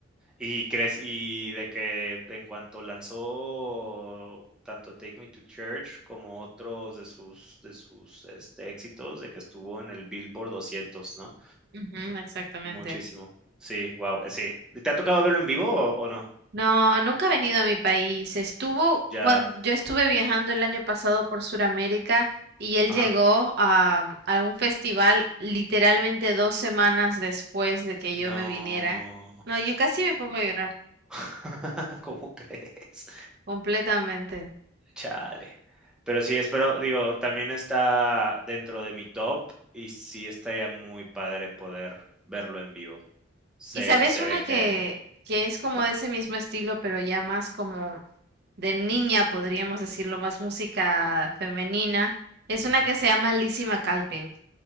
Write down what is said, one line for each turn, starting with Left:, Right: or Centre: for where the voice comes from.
Centre: ¿Y crees y de que en cuanto lanzó tanto Take Me to Church como otros de sus de sus, este, éxitos, de que estuvo en el Billboard 200, no?
Right: Ujú, exactamente.
Centre: Muchísimo. Sí, wow. sí. ¿Te ha tocado verlo en vivo o o no?
Right: No, nunca ha venido a mi país. Estuvo
Centre: Ya.
Right: cuando yo estuve viajando el año pasado por Sudamérica y él
Centre: Ajá.
Right: llegó a, mm, a un festival literalmente dos semanas después de que yo
Centre: No.
Right: me viniera. No, yo casi me pongo a llorar
Centre: <laughs> ¿Cómo crees?
Right: completamente.
Centre: Chale. Pero sí, espero, digo, también está dentro de mi top y sí estaría muy padre poder verlo en vivo. Se
Right: Y sabes
Centre: se
Right: una
Centre: ve
Right: que,
Centre: que
Right: que es como de ese mismo estilo, pero ya más como de niña, podríamos decirlo, más música femenina. Es
Centre: ujú.
Right: una que se llama Lizzie McAlpin.